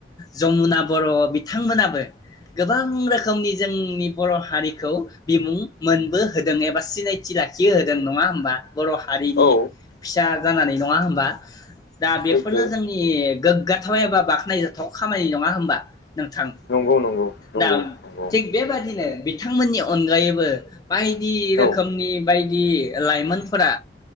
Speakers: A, on the left; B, on the left.
A: जमुना बर' बिथांमोनाबो गोबां रोखोमनि जोंनि बर' हारिखौ बिमुं मोनबो हो दों एबा सिनायथि लाखि होदों नङा होमबा, बर' हारिनि
B: औ
A: फिसा जानानै नङा होमबा? दा बेफोरनो
B: सैथो
A: जोंनि गो गोथाव एबा बाख्नायजाथाव खामानि नङा होनबा नोंथां
B: नंगौ नंगौ नंगौ
A: दा
B: नंगौ
A: थिग बेबादिनो बिथांमोननि अनगायैबो बाय दि रोखोमनि
B: औ
A: बायदि लाइमोनफोरा